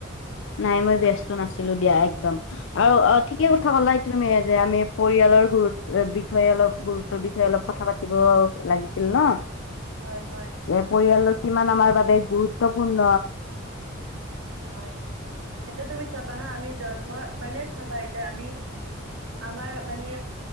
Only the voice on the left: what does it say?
নাই মই ব্যস্ত নাছিলো। দিয়া একদম আৰু অ', ঠিকে কথা কলা তুমি যে আমি পৰিয়ালৰ গুৰু বিষয়ে অলপ গুৰুত্বৰ বিষয়ে অলপ কথা পাতিব লাগিছিল ন?
যে পৰিয়ালৰ কিমান আমাৰ বাবে গুৰুত্বপূৰ্ণ?